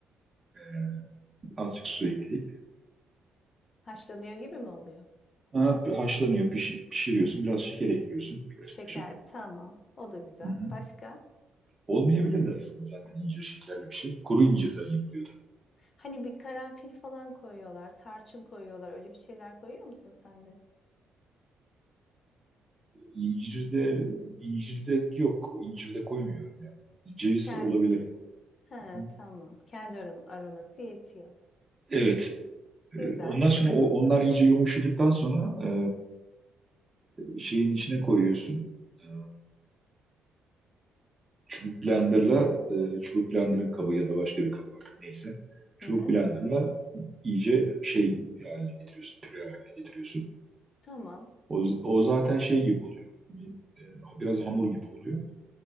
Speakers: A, on the right (about 25°); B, on the left (about 45°).
A: E, azıcık su ekleyip.
B: Haşlanıyor gibi mi oluyor?
A: Ha, haşlanıyor piş- pişiriyorsun. Biraz şeker ekliyorsun. Birkaç
B: Şeker
A: kaşık.
B: tamam o da güzel.
A: Hı hı.
B: Başka?
A: Olmayabilirdi aslında zaten incir şekerli bir şey. Kuru incirden yapılıyor
B: Hani bir karanfil falan koyuyorlar, tarçın koyuyorlar. Öyle bir şeyler koyuyor musun sen de?
A: İncirde, incirde yok. İncirde koymuyorum ya. Ceviz
B: Kendi.
A: olabilir ama.
B: He,
A: Hı hı.
B: tamam. Kendi arom- aroması yetiyor.
A: Evet. e,
B: Güzel.
A: Ondan sonra o- onlar iyice yumuşadıktan sonra e, şeyin içine koyuyorsun. E, Çubuk blenderla e, çubuk blenderın kabı ya da başka bir kabı artık neyse. Çubuk
B: Hı hı.
A: blenderla iyice şey haline getiriyorsun. Püre haline getiriyorsun.
B: Tamam.
A: O, o zaten şey gibi oluyor. Bir, e, Biraz hamur gibi oluyor.